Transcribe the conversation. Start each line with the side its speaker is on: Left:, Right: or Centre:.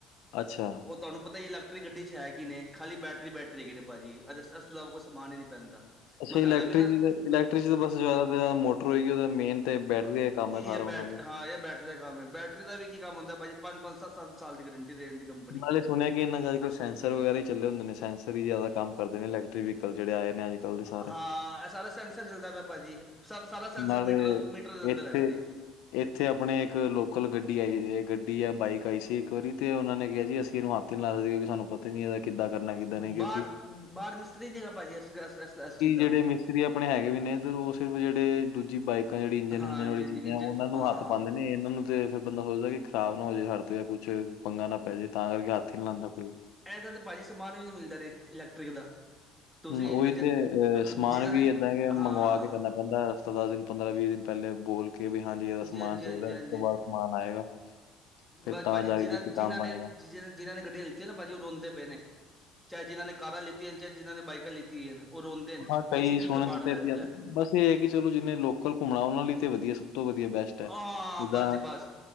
Left: ਅੱਛਾ,
Centre: ਉਹ ਤੁਹਾਨੂੰ ਪਤਾ ਹੀ ਇਲੈਕਟ੍ਰਿਕ ਗੱਡੀ ਚ ਹੈ, ਕੀ ਨੇ ਖਾਲੀ ਬੈਟਰੀ ਬੈਰੀ ਹੈਗੇ, ਨੇ ਭਾਜੀ ਇਸ ਤੋਂ ਇਲਾਵਾ ਕੋਈ ਸਮਾਨ ਹੀ ਨਹੀਂ ਪੈਂਦਾ।
Left: ਅੱਛਾ
Centre: ਮੈਂ
Left: ਇਲੈਕਟ੍ਰਿਕ
Centre: ਸਾਡਾ ਵੀ ਨਾ
Left: ਇਲੈਕਟ੍ਰਿਕ ਬਸ ਜ਼ਿਆਦਾ ਮੋਟਰ ਹੋਏਗੀ, ਉਹ ਮੇਨ ਤੇ ਬੈਟਰੀ ਦਾ ਕੰਮ ਹੈ
Centre: ਇਹ
Left: ਸਾਰਾ
Centre: ਬੈਠ
Left: ਉਹਨਾਂ ਦਾ
Centre: ਹਾਂ ਇਹ ਬੈਠ, ਦਾ ਕੰਮ ਹੈ ਬੈਟਰੀ ਦਾ ਵੀ ਕੀ ਕੰਮ ਹੁੰਦਾ, ਭਾਜੀ ਪੰਜ ਸੱਤ ਸਾਲ ਦੀ ਗਰੰਟੀ ਦੇਣ। ਕੰਪਨੀ
Left: ਮਾਲਿਕ, ਸੁਣਿਆ ਕਿ, ਇਹਨਾਂ ਅੱਜ-ਕੱਲ ਸੈਂਸਰ ਵਗੈਰਾ ਚੱਲ ਹੁੰਦੇ ਨੇ, ਸੈਂਸਰ ਹੀ ਜਿਆਦਾ ਕੰਮ ਕਰਦੇ ਨੇ ਇੈਕਟ੍ਰਿਕ ਵੀਕਲ ਜਿਹੜੇ ਆਏ ਨੇ। ਅੱਜ-ਕੱਲ੍ਹ ਦੇ ਸਾਰੇ।
Centre: ਹਾਂ ਇਹ ਸਾਰਾ ਸੈਂਸਰ ਚੱਲਦਾ ਪਿਆ, ਭਾਜੀ ਸਾਰਾ ਸੈਂਸਰ
Left: ਨਾਲੇ
Centre: ਮੀਟਰ ਮੀਟਰ ਦੇ ਅੰਦਰ
Left: ਇੱਥੇ
Centre: ਹੈਗਾ ਨੇ।
Left: ਇੱਥੇ ਆਪਣੇ ਇੱਕ ਲੋਕਲ ਗੱਡੀ ਆਈ, ਗੱਡੀ ਜਾਂ ਬਾਈਕ ਆਈ ਸੀ ਇੱਕ ਵਾਰੀ ਤੇ ਉਹਨਾਂ ਨੇ ਕਿਹਾ ਜੀ, ਅਸੀਂ ਇਹਨੂੰ ਹੱਥ ਤੇ ਨਾਲ ਨੀ ਸਾਨੂੰ ਪਤ ਨੀ ਇਹਦਾ ਕਿੱਦਾਂ ਕਰਨਾ ਕਿੱਦਾਂ ਨੇ ਕਿਉਂਕਿ-ਕਿਉਂਕਿ
Centre: ਬਾਹਰ ਬਾਹਰ ਮਿਸਤਰੀ ਨੀ ਹੈਗਾ ਭਾਜੀ ਇਸ ਇਸ ਚੀਜ਼ ਦਾ
Left: ਜਿਹੜੇ ਮ ਰੀ ਆਪਣੇ ਹੈਗੇ ਵੀ ਨੇੱਧਰ ਉਹ ਸਿਰਫ ਜਿਹੜੇ ਦੂਜੀ ਬਾਈਕਾਂ ਜਿਹੜੀ ਇੰਜਨ
Centre: ਹਾਂਜੀ
Left: ਉੰਜਣ ਵਾਲੀ
Centre: ਹਾਂਜੀ
Left: ਚੀਜ਼ਾਂ
Centre: ਇੰਜ
Left: ਉਹਨਾਂ ਨੂੰ
Centre: ਹਾਂ
Left: ਹੱਥ ਪਾਉਂ। ਕਹਿੰਦੇ ਨੇ ਇਹਨਾਂ ਨੂੰ ਤੇ ਫਿਰ ਬੰਦਾ ਸੋਚਦਾ, ਕਿ ਖ਼ਰਾਬ ਨਾ ਹੋ ਜੇ ਸੜ ਤੇ ਜਾਂ ਕੁੱਛ ਪੰਗਾ ਨਾ ਪੈਜੇ, ਤਾਂ ਕਰਕੇ ਹੱਥ ਹੀ ਨਹੀਂ ਲਾਂਦਾ ਕੋਈ।
Centre: ਇਹਦਾ ਤੇ ਭਾਜੀ ਸਮਾਨ ਵੀ ਨੀ ਮਿਲਦਾ, ਇਲੈਕਟ੍ਰਿਕ ਦਾ ਤੁਸੀਂ
Left: ਹੂੰ ਉਹੀ
Centre: ਅਜ
Left: ਤੇ ਅਹ ਸਮਾਨ
Centre: ਜਿਨ੍ਹਾਂ
Left: ਵੀ
Centre: ਨੇ
Left: ਏਦਾਂ
Centre: ਹਾਂ
Left: ਮੰਗਵਾ ਕੇ ਕਰਨਾ। ਬੰਦਾ ਹਫ਼ਤਾ ਦਸ ਦਿਨ ਪੰਦਰਾਂ ਵੀਹ ਦਿਨ ਪਹਿਲੇ ਬੋਲ ਕੇ, ਵੀ ਹਾਂਜੀ ਇਹਦਾ ਸਮਾਨ
Centre: ਹਾਂਜੀ,
Left: ਚਾਹੀਦਾ,
Centre: ਹਾਂਜੀ,
Left: ਉਸ
Centre: ਹਾਂਜੀ।
Left: ਤੋਂ ਬਾਅਦ ਸਮਾਨ ਆਏਗਾ। ਫਿਰ
Centre: ਬ
Left: ਤਾਂ
Centre: ਬਾਜੀ
Left: ਜਾ
Centre: ਜਿ
Left: ਕੇ ਕਿਤੇ
Centre: ਜਿਨ੍ਹਾਂ
Left: ਕੰਮ ਬਣੇਗਾ।
Centre: ਨੇ ਜੀ ਜਿਨ੍ਹਾਂ ਨੇ ਗੱਡੀਆਂ ਲਤੀਆ ਨੇ ਬਾਜੀ ਉਹ ਰੋਂਦੇ ਪਏ ਨੇ, ਚਾਹੇ ਜਿਹਨਾਂ ਨੇ ਕਾਰਾਂ ਲਤੀਆਂ ਨੇ ਚਾਹੇ ਜਿਨਾਂ ਨੇ ਬਾਈਕਾਂ ਲਿੱਤੀਆਂ, ਨੇ ਉਹ ਰੋਂਦੇ ਨੇ
Left: ਹਾਂ, ਕਈ
Centre: ਬਸੀੇ ਕੀ
Left: ਸੁਣਨ
Centre: ਕਬਾੜ
Left: 'ਚ
Centre: ਲੇ
Left: ਤੇ ਏਦੀ
Centre: ਲੇਤਾ।
Left: ਬਸ ਇਹ ਹੈ ਕਿ ਚਲੋ ਜਿੰਨੇ ਲੋਕਲ ਘੁੰਮਣਾ ਉਹਨਾਂ ਲਈ ਤੇ ਵਧੀਆ। ਸਭ ਤੋਂ ਵਧੀਆ ਬੈਸਟ ਹੈ,
Centre: ਹਾਂ
Left: ਜਿੱਦਾਂ
Centre: ਬਸ ਜੀ ਬਸ